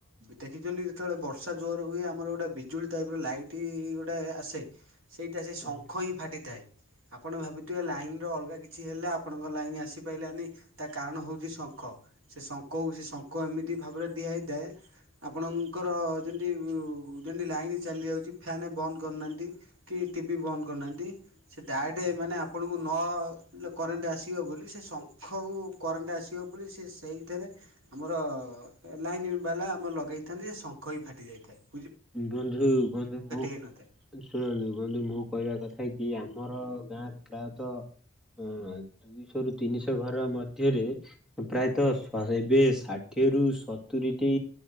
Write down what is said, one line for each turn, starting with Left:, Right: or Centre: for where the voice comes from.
Right: ଦେଖିଛନ୍ତି ଯେତେବେଳେ ବର୍ଷା ଜୋର ହୁଏ ଆମର ଗୋଟେ ବିଜୁଳି ଟାଇପ ର ଲା ଆଇଟ୍ ଗୋଟେ ଆସେ ସେଇଟା ସେ
Centre: ଟିକେ
Right: ଶଙ୍ଖ ହିଁ ଫାଟିଥାଏ ଆପଣ ଭାବୁଥିବେ ଲାଇନ ର ଅଲଗା କି କିଛି ହେଲା ଆପଣଙ୍କ ଲାଇନ ଆସିପାରିଲାନି ତା କାରଣ ହେଉଛି ଶଙ୍ଖ ସେ ଶଙ୍ଖ କୋହୁ ସେ ଶଙ୍ଙ୍କ ଏମିତି ଭାବରେ ଦିଆ ହେଇଥାଏ ଆପଣଙ୍କର ଯେମିତି ଯେମିତି ଲାଇନ ଦି ଚାଲିଯାଉଚି ଫ୍ୟାନ କରୁନାହନ୍ତି କି ଟିଭି ବନ୍ଦ କରିନାହାନ୍ତି ସିଏ ଡାଇରେକ୍ଟ ମାନେ ଆପଣ କୁ ନ କରେଣ୍ଟ ଆସିବ ବୋଲି ସେ ଶଙ୍ଖକୁ କରେଣ୍ଟ ଆସିବ ବୋଲି ସେ ସେଇଥିରେ । ଆମର ଲାଇନ ବାଲା ଆମର ଲଗେଇଥାନ୍ତି ଶଙ୍ଖ ହି ଫାଟି ଯାଇଥାଏ ।
Centre: ବନ୍ଧୁ ବନ୍ଧୁ
Right: ହେଇନଥାଏ
Centre: ଶୁଣନ୍ତୁ ବନ୍ଧୁ ମୁଁ କହିବା କଥା କି କି ଆମର ଗାଁରେ ପ୍ରାୟତଃ ଅ ଦୁଇଶହ ରୁ ତିନିଶହ ଘର ମଧ୍ୟରେ
Right: ହଁ
Centre: ପ୍ରାୟତଃ ଶହେ ବି ଷାଠିଏ ରୁ ସତୁୁରୀଟି